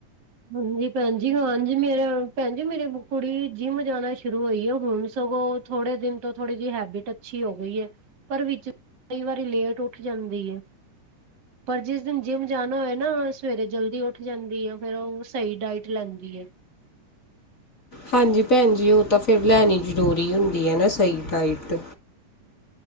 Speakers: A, on the right; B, on the left.
A: ਹਾਂਜੀ ਭੈਣ ਜੀ ਹਾਂਜੀ ਮੇਰੇ ਭੈਣ ਜੀ ਮੇਰੀ ਕੁੜੀ ਜਿੰਮ ਜਾਣਾ ਸ਼ੁਰੂ ਹੋਈ ਆ ਹੁਣ ਸਗੋਂ ਥੋੜੇ ਦਿਨ ਤੋਂ ਥੋੜੀ ਜੀ ਹੈਬਿਟ ਅੱਛੀ ਹੋ ਗਈ ਐ। ਪਰ ਵਿੱਚ ਕਈ ਵਾਰੀ ਲੇਟ ਉੱਠ ਜਾਂਦੀ ਐ। ਪਰ ਜਿਸ ਦਿਨ ਜਿੰਮ ਜਾਨਾ ਹੋਏ ਨਾ ਸਵੇਰੇ ਜਲਦੀ ਉੱਠ ਜਾਂਦੀ ਓ। ਫੇਰ ਓ ਸਈ ਡਾਇਟ ਲੈਂਦੀ ਏ।
B: ਹਾਂਜੀ ਭੈਣ ਜੀ ਓ ਤਾਂ ਫਿਰ ਲੈਨੀ ਜ਼ਰੂਰੀ ਹੁੰਦੀ ਐ ਨਾ ਸਈ ਡਾਈਟ।